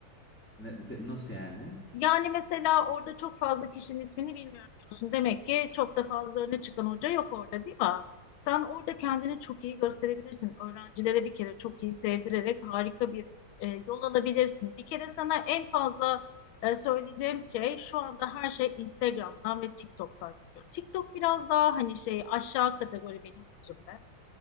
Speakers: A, in the centre; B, on the left (about 85°).
A: Ne, pe- nasıl yani?
B: Yani mesela orada çok fazla kişinin ismini bilmiyorum diyorsun. Demek ki çok da fazla öne çıkan hoca yok orada değil mi? Sen orada kendini çok iyi gösterebilirsin. Öğrencilere bir kere çok iyi sevdirerek harika bir e, yol alabilirsin. Bir kere sana en fazla e, söyleyeceğim şey şu anda her şey Instagram'dan ve TikTok'tan geliyor. TikTok biraz daha hani şey aşağı kategori benim gözümde.